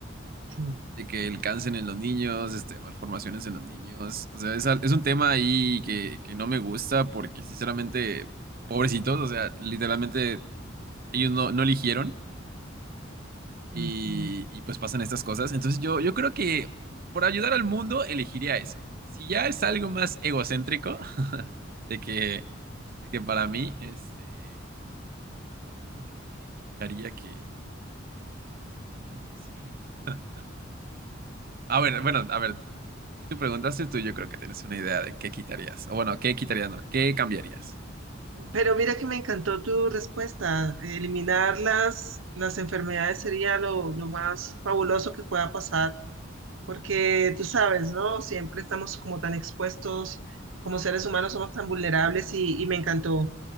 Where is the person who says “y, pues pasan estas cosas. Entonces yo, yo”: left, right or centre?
Right